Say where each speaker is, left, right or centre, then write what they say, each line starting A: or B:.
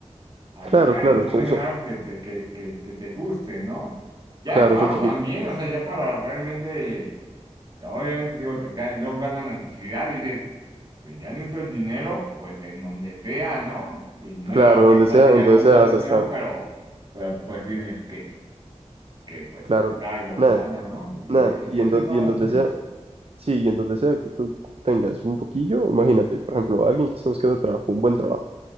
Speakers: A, on the right; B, on the right.
A: a
B: Claro,
A: checar
B: claro,
A: y como
B: son,
A: comer
B: son-
A: algo que te, que, que, que te guste, ¿no? Ya
B: claro,
A: es raro
B: son chiquitos.
A: también, o sea, ya para realmente, obviamente, digo, te ga- luego ganan la ansiedad y dices, pues ya necesito el dinero, pues en donde sea, ¿no? Y no
B: Claro,
A: es algo que
B: donde
A: igual
B: sea,
A: te llama
B: entonces
A: mucha
B: sea vas
A: atención,
B: a estar.
A: pero, pero pues tienes que, que pues,
B: Claro,
A: sacar algo de
B: nada,
A: lana, ¿no? Y
B: nada.
A: así,
B: Y
A: y así
B: en, don-
A: estamos
B: y en donde
A: muchos.
B: sea, sí, y en donde sea que tú tengas un poquillo, imagínate, por ejemplo, alguien que esté buscando trabajo, un buen trabajo